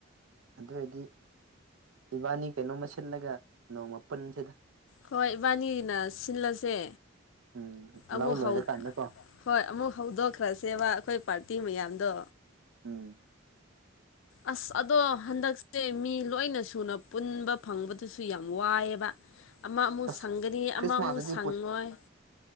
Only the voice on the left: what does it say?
ꯍꯣꯏ ꯏꯕꯥꯅꯤꯅ ꯁꯤꯜꯂꯁꯦ
ꯑꯃꯨꯛ
ꯍꯣꯏ ꯑꯃꯨꯛ ꯍꯧꯗꯣꯛꯈ꯭ꯔꯁꯦꯕ ꯑꯩꯈꯣꯏ ꯄꯥꯔꯇꯤ ꯃꯌꯥꯝꯗꯣ
ꯑꯁ ꯑꯗꯣ ꯍꯟꯛꯁꯤꯦ ꯃꯤ ꯂꯣꯏꯅ ꯁꯨꯅ ꯄꯨꯟꯕ ꯐꯪꯕꯗꯁꯨ ꯌꯥꯝ ꯋꯥꯏꯑꯦꯕ ꯑꯃ ꯑꯃꯨꯛ
ꯁꯪꯒꯅꯤ
ꯑꯃ ꯑꯃꯨꯛ ꯁꯪꯉꯣꯏ